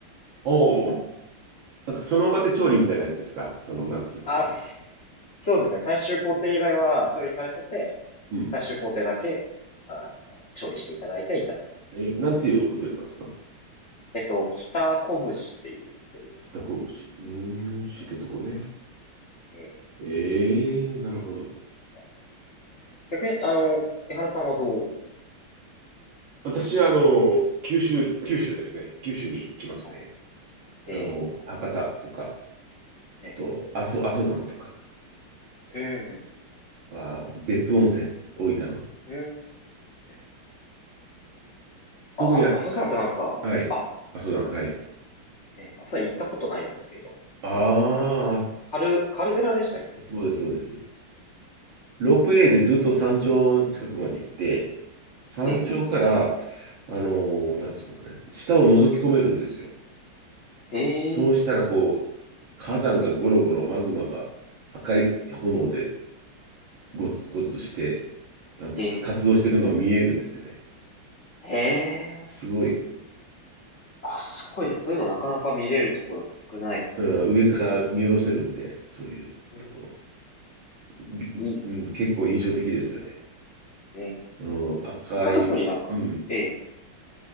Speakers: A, on the right; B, on the left.
A: おお。なんかその場で調理みたいなやつですかその、なんつうのかな。
B: あ、すそうですね。最終工程以外は調理されてて、
A: うん。
B: 最終工程だけ、あの、調理していただいていただく。
A: え、なんていうホテルなんですか
B: えっと、北こぶしっていうホテルです
A: 北神戸市。うーん、知床ね。
B: ね。ええ、ええ
A: ええなるほど。
B: 結構良かったええ逆に、あの、井原さんはどうですか
A: 私、あの、九州、九州ですね。九州に行きますね。
B: あええ、
A: あの、博多とか、
B: え
A: あと、阿蘇、阿蘇山とか、
B: え、
A: あー、別府温泉、大分の。
B: うん、うん。ええ
A: 特に、
B: あ、
A: は、
B: 麻生さんってなんか、
A: はい、
B: あ、
A: 阿蘇山、
B: どうぞどうぞ。
A: はい。
B: ええ、麻生さん行ったことないんですけど、その、
A: ああ、
B: カル、カルデラでしたっけ
A: そうです、そうです。ロープウェイでずっと山頂近くまで行って、山頂から、
B: ええ、
A: あのーなんていうのかね、下を覗き込めるんですよ。
B: へえ、
A: そうしたら、こう、火山がゴロゴロ、マグマが赤い炎でゴツゴツして、なんていうんですか活動してるのは見えるんですよね。
B: ええ、へえ。
A: すごいですよ。
B: あ、すごいです。そういうのなかなか見れるところって少ないですよね。
A: うん、上から見下ろせるんで、そういうとこ
B: うん。
A: ろ。びうん、
B: いいですね。
A: 結構印象的ですよね。
B: ええ。
A: うん、赤い、
B: 他特になんか、
A: うん。
B: ええ。